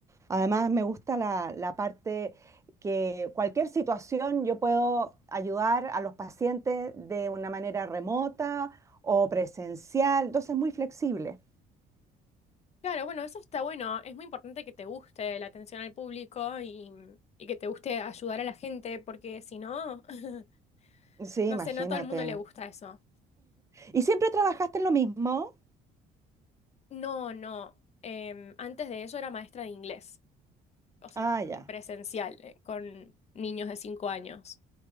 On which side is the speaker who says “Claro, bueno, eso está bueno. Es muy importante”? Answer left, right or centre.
Left